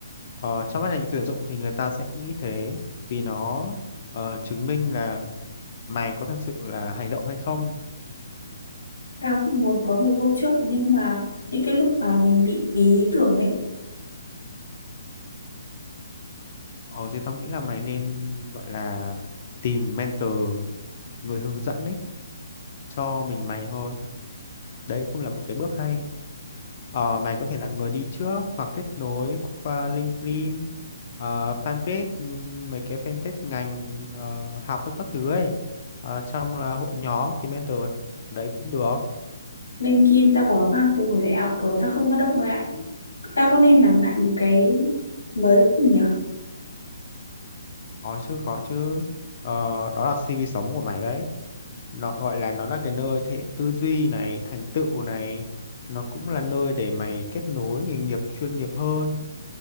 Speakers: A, on the left; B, on the left.
A: Ờ, trong mắt ngành tuyển dụng thì người ta sẽ nghĩ thế vì nó ờ, chứng minh là mày có thật sự là hành động hay không
B: Tao cũng muốn có người hỗ trợ nhưng mà những cái lúc mà mình bị ý tưởng ấy,
A: Ờ thì tao nghĩ là mày nên gọi là tìm mentor, người hướng dẫn ấy cho mình mày thôi. Đấy cũng là một cái bước hay. Ờ, mày có thể là người đi trước hoặc kết nối qua LinkedIn, ờ, fanpage, ừm, mấy cái fanpage ngành ờ, học với các thứ ấy. Ờ, trong là hội nhóm thì mentor đấy cũng được.
B: LinkedIn tao bỏ hoang từ hồi đại học rồi tao không có động lại. Tao có nên làm lại một cái mới không nhỉ?
A: Có chứ, có chứ. Ờ, đó là CV sống của mày đấy. nó gọi là nó là cái nơi thể hiện tư duy này thành tựu này nó cũng là nơi để mày kết nối nghề nghiệp chuyên nghiệp hơn